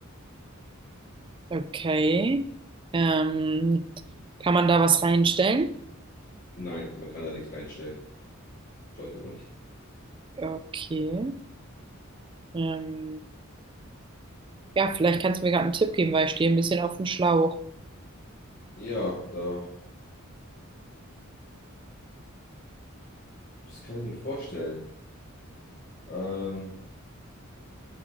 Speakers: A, on the right; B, on the left.
A: Okay. Ähm, kann man da was reinstellen?
B: Nein, man kann da nichts reinstellen. Sollte man nicht.
A: Okay. Ähm, ja, vielleicht kannst du mir gerade einen Tipp geben, weil ich stehe ein bisschen auf dem Schlauch.
B: Ja, da, das kann ich mir vorstellen. Ähm,